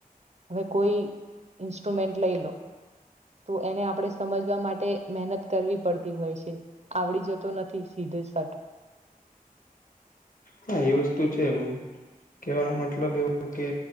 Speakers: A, on the right; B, on the left.
A: હવે કોઈ ઈન્સ્ટ્રુમેન્ટ લઈ લો તો એને આપ આપણે સમજવા માટે મહેનત કરવી પડતી હોય છે આવડી જતો નથી સીધું શટ <inaudible>
B: હા એ વસ્તુ છે એમ કેવાનો માટે મતલબ એવું કે